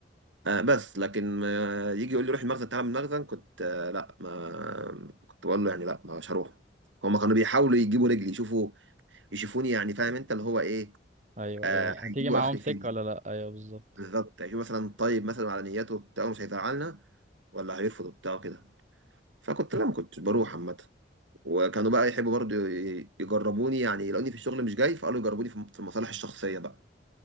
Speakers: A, on the right; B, on the right.
A: آه بس لكن آه يجي يقول لي روح المخزن تعالى من المخزن كنت آه لا ما كنت بقول له يعني لا مش هروح هما كانوا بيحاولوا يجيبوا رجلي يشوفوا يشوفوني يعني فاهم انت اللي هو ايه
B: ايوه
A: آه
B: ايوه
A: هيجيبوا
B: هتيجي معاهم
A: اخري
B: سكة
A: فين
B: ولا لا ايوه بالظبط
A: بالظبط يشوفوا مثلا طيب مثلا على نياته بتاعه مش هيزعلنا ولا هيرفض بتاعه كده فكنت لا ما كنتش بروح عامة وكانوا بقى يحبوا برضو ي- يجربوني يعني لاني في الشغل مش جاي فقالوا يجربوني في في المصالح الشخصيه بقى